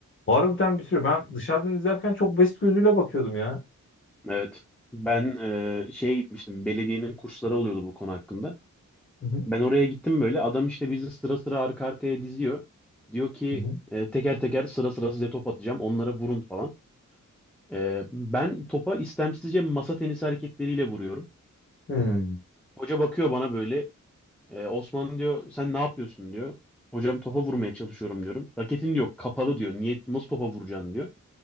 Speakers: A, on the left; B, in the centre.
A: harbiden bitiriyor. Ben dışarıdan izlerken çok basit gözüyle bakıyordum ya.
B: Evet. Ben e, şeye gitmiştim. Belediyenin kursları oluyordu bu konu hakkında.
A: Hı hı.
B: Ben oraya gittim böyle. Adam işte bizi sıra sıra arka arkaya diziyor. Diyor ki
A: Hı hı.
B: e, teker teker sıra sıra size top atacağım. Onlara vurun falan. E, ben topa istemsizce masa tenisi hareketleriyle vuruyorum.
A: Hmm.
B: Hoca bakıyor bana böyle. E, Osman diyor sen ne yapıyorsun diyor. Hocam topa vurmaya çalışıyorum diyorum. Raketin diyor kapalı diyor. Niye nasıl topa vuracaksın diyor.